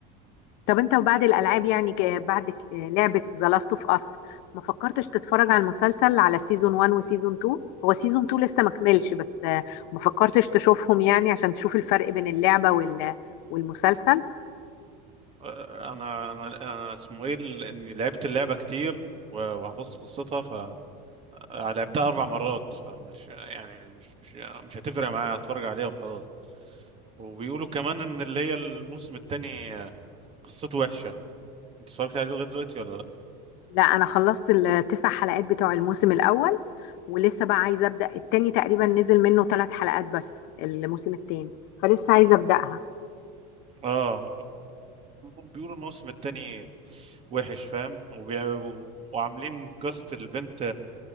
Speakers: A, on the left (about 65°); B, on the right (about 30°).
A: طب انت وبعد الالعاب يعني جا- بعد ك- آه، لعبة ذا لاست اوف اس ما فكرتش تتفرج على المسلسل على سيزون 1 وسيزون 2 هو سيزون 2 لسه ما كملش بس آه، ما فكرتش تشوفهم يعني عشان تشوف الفرق بين اللعبة وال والمسلسل
B: آه، أنا أنا أنا اسمه إيه ال- إني لعبت اللعبة كتير و- وحفظت قصتها فلعبتها أربع مرات فمش يعني مش مش مش هتفرق معايا هتفرج عليها وخلاص وبيقولوا كمان إن اللي هي الموسم التاني آه، قصته وحشة أنت اتفرجت عليه لغاية دلوقتي ولا لأ؟
A: لا انا خلصت التسع حلقات بتوع الموسم الاول ولسه بقى عايزه ابدا التاني تقريبا نزل منه ثلاث حلقات بس الموسم التاني فلسه عايزه ابداها
B: آه بيقولوا الموسم التاني وحش فاهم وبي... وعاملين كاست البنت